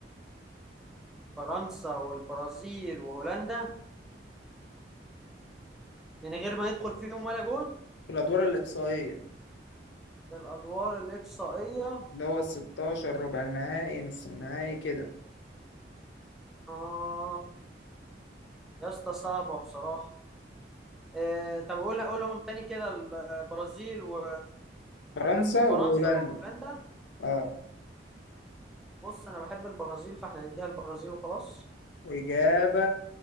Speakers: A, in the centre; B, on the left.
A: فرنسا والبرازيل وهولندا من غير ما ندخل فيهم ولا جول
B: في الأدوار الإقصائية
A: في الادوار الاقصائية
B: اللي هو الستاشر ربع النهائي نص النهائي كده
A: اه يا اسطى صعبة بصراحة آه طب قول قولهم تاني كده البرازيل و...
B: فرنسا
A: وفرنسا
B: وهولندا
A: وهولندا
B: اه
A: بص انا بحب البرازيل فاحنا نديها البرازيل وخلاص
B: وإجابة